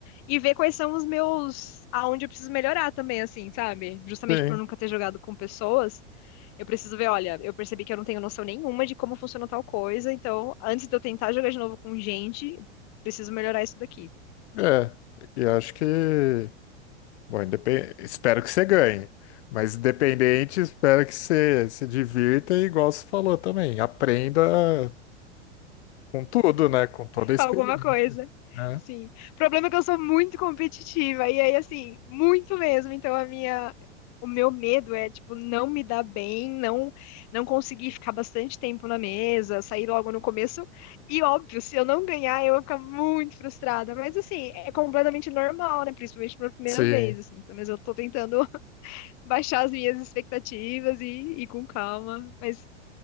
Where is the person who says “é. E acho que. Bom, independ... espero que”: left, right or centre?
Left